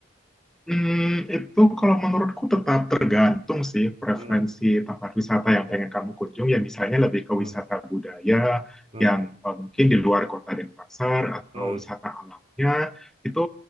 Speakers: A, in the centre; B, on the right (about 35°).
A: Hmm, itu kalau menurutku tetap tergantung sih preferensi
B: Hmm,
A: tempat wisata yang pengen kamu kunjung. Ya misalnya lebih ke
B: hmm,
A: wisata budaya
B: hmm,
A: yang eh, mungkin di luar kota Denpasar atau
B: hmm,
A: wisata alamnya itu